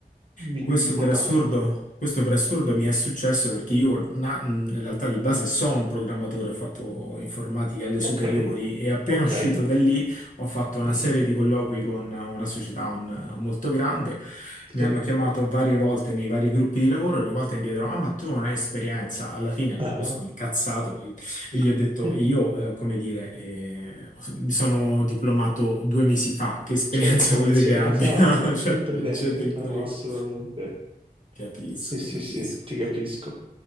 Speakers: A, on the right; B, on the left.
A: mi-
B: Questo
A: importanti.
B: per assurdo, questo per assurdo mi è successo perché io na- in realtà di base sono un programmatore, ho fatto informatica alle superiori
A: Ok,
B: e appena
A: ok.
B: uscito da lì ho fatto una
A: Mhm,
B: serie di colloqui con una società un- molto grande, mi
A: Sì.
B: hanno chiamato varie volte nei vari gruppi di lavoro, ogni volta mi chiedono, ah ma tu non hai esperienza, alla fine
A: Ah,
B: mi sono incazzato e
A: <laughs>
B: gli ho detto, e io, eh, come dire, eh, mi sono diplomato due mesi fa, che esperienza
A: Certo, ho
B: <laughs> volete
A: iniziato,
B: che abbia?
A: esatto, che,
B: <laughs> Cioè,
A: che pretendi?
B: leggete il
A: No,
B: curriculum.
A: no, assolutamente.
B: Capisco,
A: Sì, sì,
B: capisco.
A: sì, ti capisco.